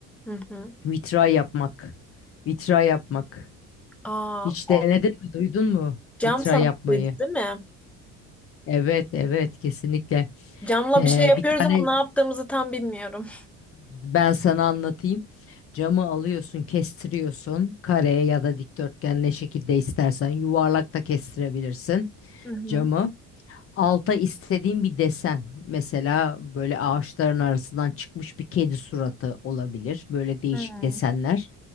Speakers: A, in the centre; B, on the left.
A: Hı hı.
B: Vitray yapmak. Vitray yapmak.
A: Aa,
B: Hiç
A: o
B: denedin mi? Duydun mu?
A: cam
B: Vitray
A: sanatıydı
B: yapmayı.
A: değil mi?
B: Evet, evet, kesinlikle.
A: Camla
B: Eee,
A: bir şey yapıyoruz
B: bir tane
A: ama ne yaptığımızı tam bilmiyorum.
B: ben sana anlatayım. Camı alıyorsun, kestiriyorsun. Kare ya da dikdörtgen ne şekilde istersen. Yuvarlak da kestirebilirsin
A: Hı hı.
B: camı. Alta istediğim bir desen. Mesela böyle ağaçların arasından çıkmış bir kedi suratı olabilir. Böyle değişik
A: Hmm.
B: desenler.